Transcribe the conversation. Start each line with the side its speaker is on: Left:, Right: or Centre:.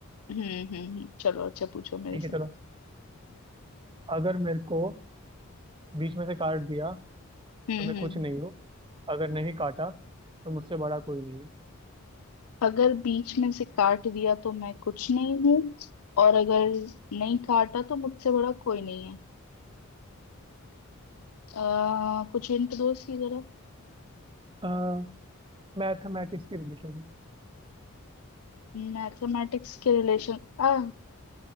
Left: हम्म हम्म हम्म, चलो अच्छा पूछो मेरे
Right: ठीक है
Left: से
Right: चलो अगर मेरे को बीच में से काट दिया तो
Left: हम्म
Right: मैं कुछ
Left: हम्म
Right: नहीं हूँ अगर नहीं काटा तो मुझसे बड़ा कोई नहीं है
Left: अगर बीच में से काट दिया तो मैं कुछ नहीं हूँ और अगर नहीं काटा तो मुझसे बड़ा कोई नहीं है आ, कुछ हिंट दो इसकी जरा
Right: हम्म मैथमेटिक्स की रिलेशन
Left: मैथमेटिक्स के रिलेशन आ,